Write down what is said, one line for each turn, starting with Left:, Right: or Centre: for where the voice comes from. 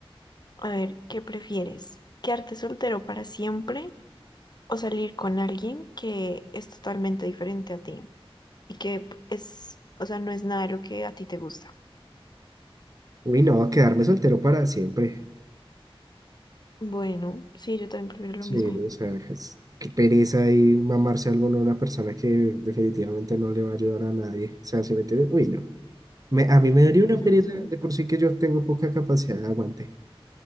Left: A ver, ¿qué prefieres? ¿Quedarte soltero para siempre o salir con alguien que es totalmente diferente a ti y que es, o sea, no es nada de lo que a ti te gusta?
Right: Uy, no, va a quedarme soltero para siempre.
Left: Bueno, sí, yo también prefiero
Right: Sí,
Left: lo mismo.
Right: o sea, es- qué pereza y mamarse algo a una persona que definitivamente no le va a ayudar a nadie. O sea, si me entiendes, uy, no. Me- a mí me daría una pereza
Left: Ujú.
Right: de por sí que yo tengo poca capacidad de aguante.